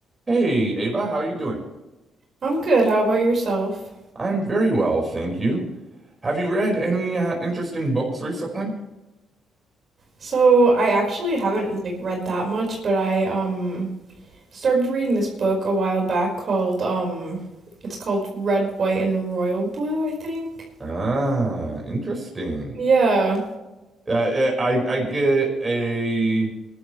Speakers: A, on the right; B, on the right.
A: Hey, Ava, how you doing?
B: I'm good. How about yourself?
A: I'm very well, thank you. Have you read any uh, interesting books recently?
B: So, I actually haven't like read that much, but I um started reading this book a while back called um it's called Red, White, and Royal Blue, I think.
A: Ah, interesting.
B: Yeah.
A: Uh, eh, I I get a